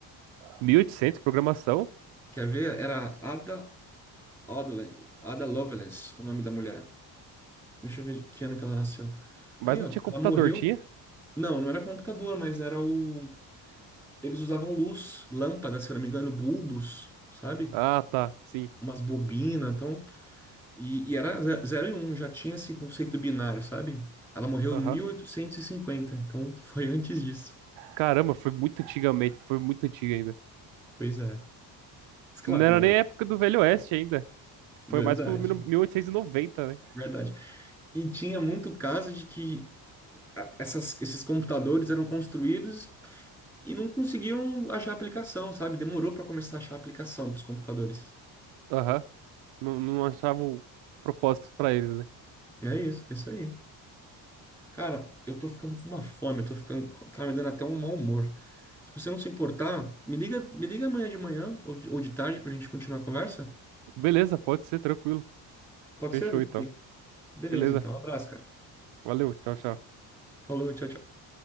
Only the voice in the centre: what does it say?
Quer ver? Era Ada Odlen- Ada Lovelace, o nome da mulher. Deixa eu ver de que ano que ela nasceu.
Aí,
ó,
ela morreu.
Não, não era computador, mas era o. Eles usavam luz, lâmpadas, se eu não me engano, bulbos, sabe?
Umas bobinas, então E, e era ze- zero e um, já tinha esse conceito binário, sabe? Ela morreu
em mil oitocentos e cinquenta, então <laughs> foi antes disso.
Pois é. Mas claro,
né?
Verdade,
verdade. E tinha muito caso de que a- essas- esses computadores eram construídos e não conseguiam achar a aplicação, sabe? Demorou para começar a achar a aplicação para os computadores.
É isso, é isso aí. Cara, eu tô ficando com uma fome, eu tô ficando, tá me dando até um mau humor. Se você não se importar, me liga, me liga amanhã de manhã ou de, ou de tarde pra gente continuar a conversa.
Pode
ser?
Beleza,
então. Um abraço, cara.
Falou, tchau, tchau.